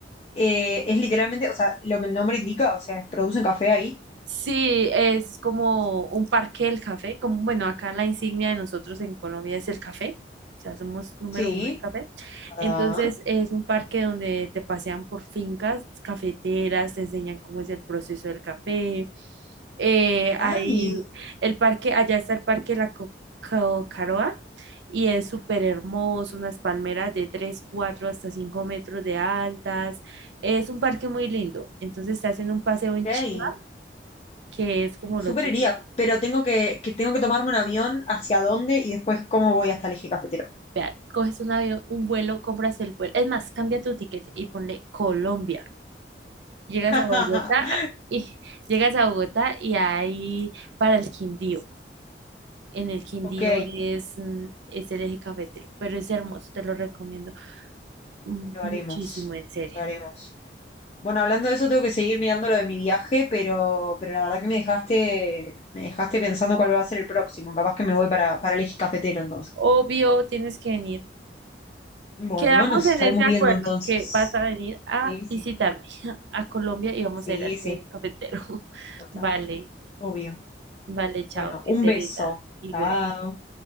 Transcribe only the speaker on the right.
Sí, es como un parque del café, como bueno, acá la insignia de nosotros en Colombia es el café, o sea, somos número
uno en café.
Entonces es un parque donde te pasean por fincas cafeteras, te enseñan cómo es el proceso del café. Eh,
ahí el parque, allá está el parque de la Co- Co- Caroa y es súper hermoso, unas palmeras de 3, 4 hasta 5 metros de altas. Es un parque muy lindo, entonces te hacen un paseo en
Chiva que es como
lo típico.
Vea, coges un avión, un vuelo, compras el vuelo. Es más, cambia tu ticket y ponle Colombia. Llegas
a Bogotá y <laughs> llegas a Bogotá y ahí para el Quindío. En el Quindío
es, mm, es el eje cafetero, pero es hermoso, te lo recomiendo mm,
muchísimo,
en serio.
Obvio, tienes que venir.
Quedamos
en
ese acuerdo
que vas a venir a
visitarme <laughs> a Colombia y vamos
a ir al
eje cafetero. <laughs>
Vale.
Vale, chao,
que
te
rinda. Igual.